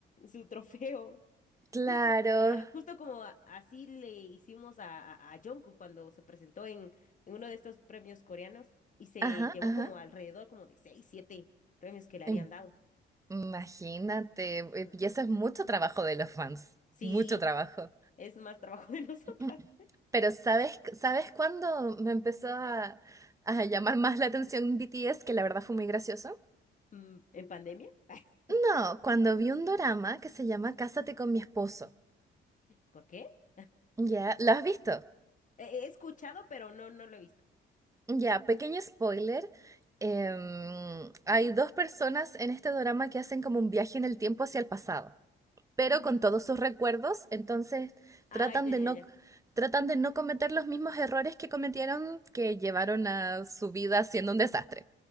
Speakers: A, on the left (about 40°); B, on the right (about 15°).
A: su trofeo.
B: claro.
A: Justo, ajá, justo como a- así le hicimos a, a, a Jungkook cuando se presentó en, en uno de estos premios coreanos y se
B: Ajá,
A: llevó
B: ajá.
A: como alrededor como de seis, siete premios que le habían
B: Em-
A: dado.
B: Imagínate, eh,
A: Ah.
B: y eso es mucho trabajo de los fans,
A: Sí,
B: mucho trabajo.
A: es más trabajo <laughs> de nosotras.
B: Mm, Pero ¿sabes, sabes cuándo me empezó a, a llamar más la atención BTS, que la verdad fue muy gracioso?
A: Mm, ¿En pandemia? <laughs>
B: No, cuando vi un dorama que se llama Cásate con mi esposo.
A: ¿Por qué?
B: Ya, ¿lo has visto?
A: He, he escuchado, pero no, no lo he visto.
B: Ya, pequeño spoiler. em, hay dos personas en este drama que hacen como un viaje en el tiempo hacia el pasado, pero
A: Mm,
B: con todos sus recuerdos, entonces tratan
A: Ah, ya,
B: de
A: ya,
B: no,
A: ya.
B: tratan de no cometer los mismos errores que cometieron que llevaron a su vida siendo un desastre.